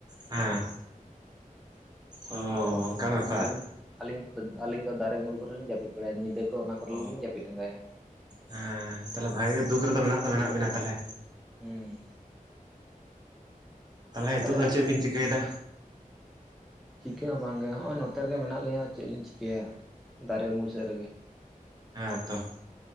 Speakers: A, on the right (about 30°); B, in the centre.
A: ᱦᱮᱸ ᱚ
B: ᱚᱱᱠᱟ ᱛᱚ
A: ᱚᱱᱠᱟᱱ ᱵᱮᱯᱟᱨ
B: ᱟᱨ ᱟᱹᱞᱤᱧ, ᱟᱹᱞᱤᱧ ᱟᱹᱞᱤᱧ ᱫᱚ ᱫᱟᱨᱮ ᱩᱢᱩᱞ ᱠᱚᱨᱮ ᱞᱤᱧ ᱡᱟᱹᱯᱤᱫ ᱵᱟᱲᱟᱭᱟ ᱧᱤᱫᱟᱹ ᱠᱚ ᱚᱱᱟ ᱠᱚᱨᱮ
A: ᱚ
B: ᱞᱤᱧ ᱡᱟᱹᱯᱤᱫ ᱟᱸᱜᱟᱭᱟ᱾
A: ᱦᱮᱸ ᱛᱟᱦᱞᱮ ᱵᱷᱟᱜᱤ ᱜᱮ ᱫᱩᱠ ᱨᱮᱫᱚ ᱢᱮᱱᱟᱜ ᱫᱚ ᱢᱮᱱᱟᱜ ᱵᱤᱱᱟ ᱛᱟᱦᱞᱮ,
B: ᱦᱩᱸ
A: ᱛᱟᱦᱞᱮ ᱦᱤᱛᱳᱜ
B: ᱛᱟᱦᱚᱞᱮ
A: ᱫᱚ ᱪᱮᱫ ᱵᱤᱱ ᱪᱤᱠᱟᱹᱭᱮᱫᱟ?
B: ᱪᱤᱠᱟᱹ ᱦᱚᱸ ᱵᱟᱝ ᱜᱮ ᱦᱚᱸ ᱚᱭ ᱱᱚᱛᱮ ᱨᱮᱜᱮ ᱢᱮᱱᱟᱜ ᱞᱤᱧᱟᱹ ᱪᱮᱫ ᱞᱤᱧ ᱪᱤᱠᱟᱹᱭᱟ ᱫᱟᱨᱮ ᱩᱢᱩᱞ
A: ᱚ
B: ᱥᱮᱫ ᱨᱮᱜᱮ᱾
A: ᱦᱮᱸ ᱛᱚ